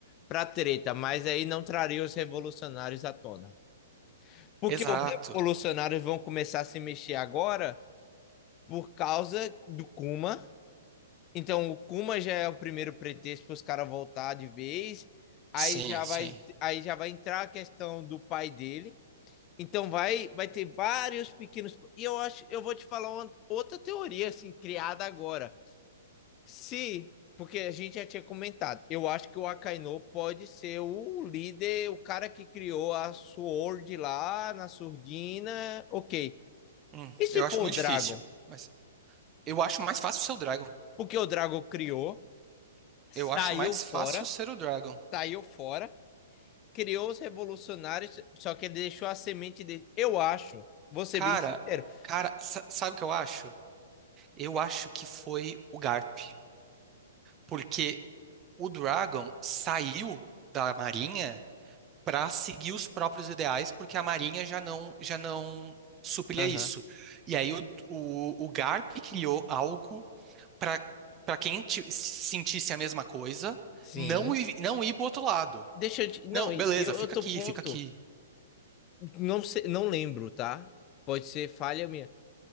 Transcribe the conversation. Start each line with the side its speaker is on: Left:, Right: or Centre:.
Left: pra treta, mas aí não traria os revolucionários à tona. Porque
Right: Exato.
Left: os revolucionários vão começar a se mexer agora por causa do Kuma Então, o Kuma já é o primeiro pretexto para os caras voltar de vez. Aí
Right: Sim,
Left: já
Right: sim.
Left: vai, aí já vai entrar a questão do pai dele. Então vai, vai ter vários pequenos. E eu acho, eu vou te falar uma, outra teoria assim criada agora. Se, porque a gente já tinha comentado, eu acho que o Akainu pode ser o líder, o cara que criou a Sword lá na Surdina, ok.
Right: Hum,
Left: E se
Right: eu acho
Left: for
Right: muito
Left: o Dragon?
Right: difícil. Mas eu acho mais fácil ser o Dragon.
Left: Porque o Dragon criou, saiu
Right: Eu acho mais
Left: fora,
Right: fácil ser o Dragon.
Left: saiu fora criou os revolucionários, só que ele deixou a semente dele. Eu acho, vou ser
Right: Cara,
Left: bem sincero.
Right: cara, sa- sabe o que eu acho? Eu acho que foi o Garp. Porque o Dragon saiu da Marinha pra seguir os próprios ideais, porque a Marinha já não, já não supria
Left: Aham.
Right: isso. E aí o, o, o Garp criou algo para para quem ti- sentisse a mesma coisa,
Left: Sim.
Right: não ir, não ir pro outro lado.
Left: Deixa eu te... Não,
Right: Não, beleza,
Left: e eu,
Right: fica
Left: eu tô
Right: aqui,
Left: ponto.
Right: fica aqui.
Left: Não sei, não lembro, tá? Pode ser falha minha.